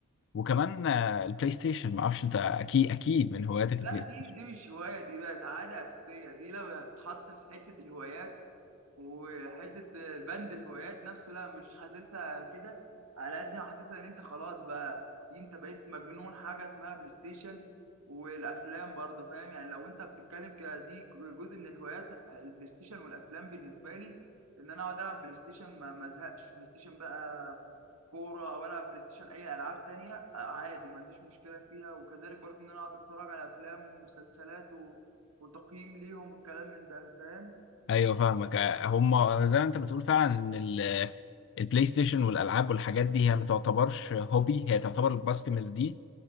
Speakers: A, on the left; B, on the right.
A: وكمان آه، البلاي ستيشن ما اعرفش انت اكيد اكيد من هواياتك البلاي
B: لا
A: ستيشن
B: دي دي مش هواية دي بقت عادة أساسية دي لو هتتحط في حتة الهوايات وحته بند الهوايات نفسه لا مش حاسسها كده على قد ما حاسسها ان انت خلاص بقى دي انت بقيت مجنون حاجه اسمها بلاي ستيشن والافلام برضه فاهم يعني لو انت بتتكلم كده دي جزء من الهوايات لا، البلاي ستيشن والافلام بالنسبه لي ان انا اقعد العب بلاي ستيشن ما ما ازهقش بلاي ستيشن بقى كوره او العب بلاي ستيشن اي العاب تانية آه، عادي ما عنديش مشكله فيها وكذلك برضه ان انا اقعد اتفرج على افلام ومسلسلات و... وتقييم ليهم والكلام من ده فاهم
A: ايوه فاهمك آه، هم زي ما انت بتقول فعلا ان ال- البلاي ستيشن والالعاب والحاجات دي هي ما تعتبرش هوبي هي تعتبر الباستمز دي